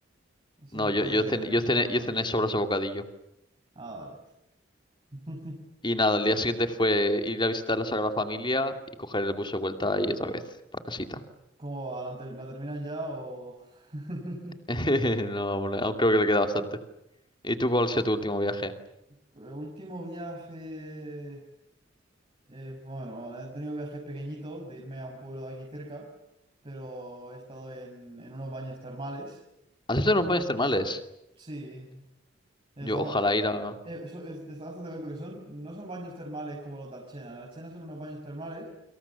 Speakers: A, on the right; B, on the left.
A: ¿eh? Eso
B: no,
A: lo
B: yo,
A: puede
B: yo cené,
A: resultar
B: yo cené,
A: mal.
B: yo cené sobras de bocadillo.
A: Ah, vale. <laughs>
B: Y nada, el día siguiente fue ir a visitar la Sagrada Familia y coger el bus de vuelta ahí otra vez, para casita.
A: ¿Cómo va? ¿La, ter- la terminan ya o...? <laughs>
B: <laughs> No, aún aún creo que le queda bastante. ¿Y tú cuál ha sido tu último viaje?
A: Pues, último viaje... eh, bueno, he tenido viajes pequeñitos de irme a un pueblo de aquí cerca, pero he estado en, en unos baños termales.
B: ¿Has hecho los baños termales?
A: Sí, Está,
B: Yo ojalá
A: eh,
B: ir a...
A: eh, eso es- está bastante guay porque son, no son baños termales como los de Archena. En Archena son unos baños termales